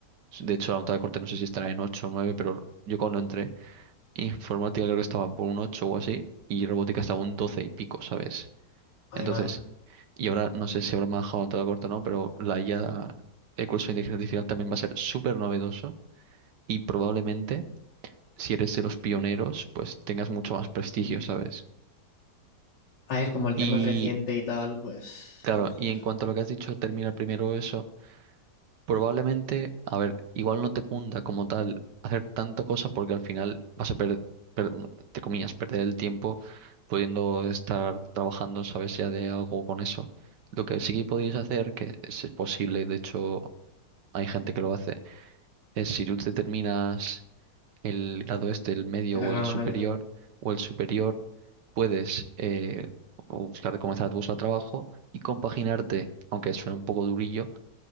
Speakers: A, on the right; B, on the left.
A: De hecho, la nota de corte no sé si estará en 8 o 9 pero yo cuando entré Informática creo que estaba por un 8 o así, y robótica estaba un 12 y pico, ¿sabes?
B: ay,
A: Entonces,
B: may.
A: y ahora no sé si habrá manejado todo corto o no, pero la IA, el curso de inteligencia artificial también va a ser súper novedoso y probablemente, si eres de los pioneros, pues tengas mucho más prestigio, ¿sabes?
B: A ver, como el
A: Y
B: tema es reciente y tal, pues
A: claro,
B: a lo mejor,
A: y en cuanto a lo que has dicho, terminar primero eso. Probablemente, a ver, igual no te cunda como tal hacer tanta cosa porque al final vas a perder, te comillas, perder el tiempo pudiendo estar trabajando, sabes, ya de algo con eso. Lo que sí que podrías hacer, que es posible, y de hecho hay gente que lo hace, es si tú te terminas el grado este, el medio
B: el
A: o
B: grado
A: el superior,
B: medio.
A: o el superior, puedes eh, buscar, comenzar a buscar trabajo y compaginarte, aunque suena un poco durillo,